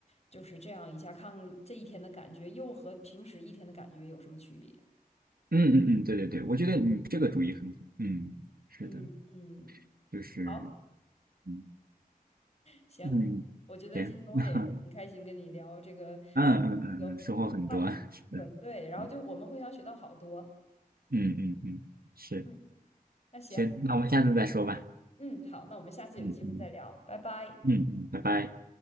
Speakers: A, on the left (about 45°); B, on the right (about 75°).
A: 就是这样一下，看看这一天的感觉又和平时一天的感觉有什么区别。
B: 嗯嗯嗯，对对对，我觉得你这个主意很好，嗯，是的，
A: 嗯嗯，
B: 就是
A: 好，
B: 嗯
A: 行，
B: 嗯，
A: 我觉得今天我也很开心跟你聊这个跟这个话题部分，
B: 行，<laughs> 嗯嗯嗯嗯，收获很多，是的，
A: 对，然后就我们互相学到好多。
B: 嗯嗯嗯，嗯是，
A: 嗯，那行，
B: 行，那我们下次再说吧，
A: 嗯，好，那我们下次有机会再聊，
B: 嗯嗯
A: 拜拜。
B: 嗯嗯，拜拜。